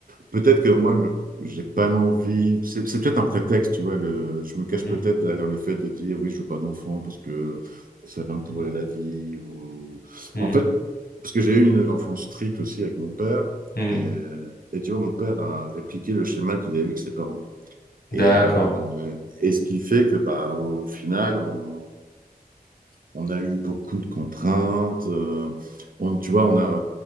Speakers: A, on the right; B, on the left.
A: peut-être que moi, le- j'ai pas l'envie. C'est c'est peut-être un prétexte, tu vois. le- je me cache
B: mhm,
A: peut-être derrière le fait de dire, oui, je veux pas d'enfant parce que ça va me pourrir la vie. Ou...
B: mhm,
A: En fait, parce que j'ai eu une enfance stricte aussi avec mon père.
B: mhm.
A: Et, et tu vois, mon père a répliqué le schéma qu'il avait eu avec ses parents.
B: D'accord.
A: Et, euh, et ce qui fait que, bah, au final, on, on a eu beaucoup de contraintes. euh, on, tu vois, on a,